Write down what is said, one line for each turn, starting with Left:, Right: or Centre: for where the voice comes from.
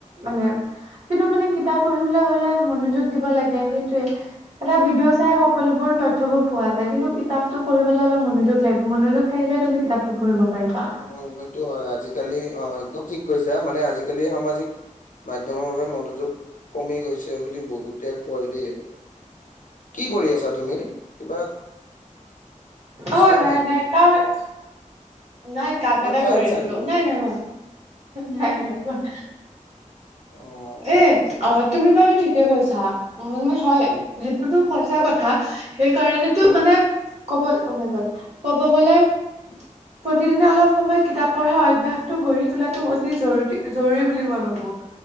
Right: মানে। কিন্তু মানে কিতাপ পঢ়িবলৈ হলে মনোযোগ দিব লাগে সেইটোয়ে। এটা ভিডিঅ' চাই সকলোবোৰ তথ্য বোৰ পোৱা যায় কিন্তু কিতাপটো পঢ়িবলৈ অলপ মনোযোগ লাগিব মনোযোগ। থাকিলে তুমি কিতাপটো পঢ়িব পাৰিবা।
Left: অ সেইটো হয় আজিকালি অ একদম ঠিক কৈছা মানে আজিকালি সামাজিক। মাধ্যমৰ বাবে মনোযোগ কমি গৈছে বুলি বহুতে কয় দেই। কি কৰি আছা তুমি কিবা।
Right: অ
Left: চাউন
Right: ভাই
Left: আহি
Right: নাই
Left: আছে
Right: কাৱে। <unintelligible> নাই কাম
Left: কিবা
Right: এটা
Left: খাই
Right: কৰি
Left: আছা
Right: আছিলো
Left: নেকি
Right: নাই নাই কোৱা, নাই নাই কোৱা।
Left: অ
Right: এ
Left: কিবা-
Right: অ তুমি বাৰু ঠিক। কৈছা মানে হয় সেইটোতো সচা কথা সেইকাৰণেতো মানে। ক'ব অ মাই গড ক'ব গ'লে।
Left: <unintelligible>
Right: প্ৰতিদিনে অলপ সময় কিতাপ পঢ়া অভ্যয়াসটো গঢ়ি তোলাটো অতি জৰুৰী জৰুৰী বুলি মই ভাবো।